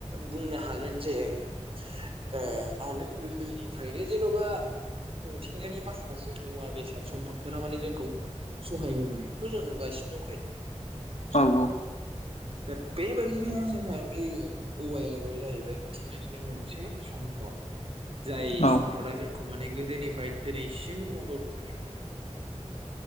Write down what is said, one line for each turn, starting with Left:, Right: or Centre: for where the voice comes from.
Right: बुंनो हागोन जे ओ मा होनो गोदोनिफ्रायनो जेनबा मिथि थिंगानि माखासे मुवा बेसाद सम्फदफोरा माने जोंखौ सहाय होबोनायखौथ जों नुगासिनो दंखायो।
Left: औ औ
Right: दा बेबायदिनो जोंहा बे औवायाबो जाहैबाय मिथिंगानि निनो मोनसे सम्पद जाय
Left: औ
Right: सम्पदा
Left: औ
Right: जों खौ माने गोदोनिफ्राय दिनैसिम मदद होबोनायखौ जों नुनो मोनदों।